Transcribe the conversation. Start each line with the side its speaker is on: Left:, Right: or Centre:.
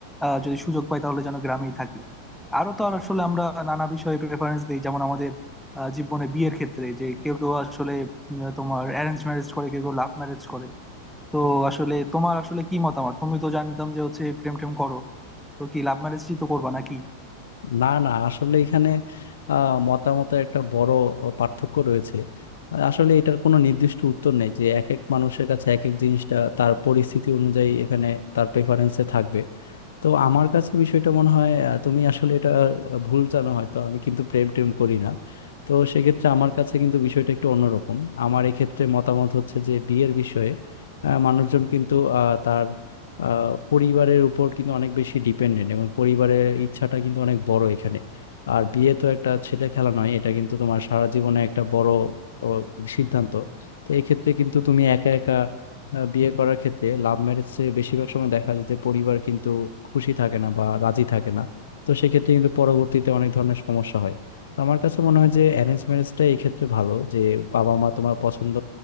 Centre: আহ, যদি সুযোগ পাই তাহলে যেন গ্রামেই থাকি আরো তো আর আসলে আমরা নানা বিষয়ে প্রেফারেন্স দিই যেমন আমাদের আহ, জীবনে বিয়ের ক্ষেত্রে যে কেউ কেউ আসলে উম, তোমার অ্যারেঞ্জ ম্যারেজ করে কেউ কেউ লাভ ম্যারেজ করে তো আসলে তোমার আসলে কি মতামত তুমি তো জানতাম যে হচ্ছে প্রেম টেম করো তো কি লাভ ম্যারেজই তো করবা নাকি
Left: না না আসলে এখানে আহ, মতামতের একটা বড় পার্থক্য রয়েছে আসলে এটার কোনো নির্দিষ্ট উত্তর নেই যে এক এক মানুষের কাছে এক এক জিনিসটা তার পরিস্থিতি অনুযায়ী এখানে তার প্রেফারেন্সে থাকবে তো আমার কাছে বিষয়টা মনে হয় আহ, তুমি আসলে এটা আহ, ভুল জানো হয়তো আমি কিন্তু প্রেম টেম করি না তো সেক্ষেত্রে আমার কাছে কিন্তু বিষয়টা একটু অন্যরকম আমার এক্ষেত্রে মতামত হচ্ছে যে বিয়ের বিষয়ে আহ, মানুষজন কিন্তু আহ, তার আহ, পরিবারের উপর কিন্তু অনেক বেশি ডিপেন্ডেন্ট এবং পরিবারের ইচ্ছাটা কিন্তু অনেক বড় এখানে আর বিয়ে তো একটা ছেলে খেলা নয় এটা কিন্তু তোমার সারা জীবনে একটা বড় ও, সিদ্ধান্ত তো এক্ষেত্রে কিন্তু তুমি একা একা আহ, বিয়ে করার ক্ষেত্রে লাভ ম্যারেজে বেশিরভাগ সময় দেখা যায় যে পরিবার কিন্তু খুশি থাকে না বা রাজি থাকে না তো সেক্ষেত্রে কিন্তু পরবর্তীতে অনেক ধরনের সমস্যা হয় তো আমার কাছে মনে হয় যে অ্যারেঞ্জ ম্যারেজটা এই ক্ষেত্রে ভালো যে বাবা মা তোমার পছন্দ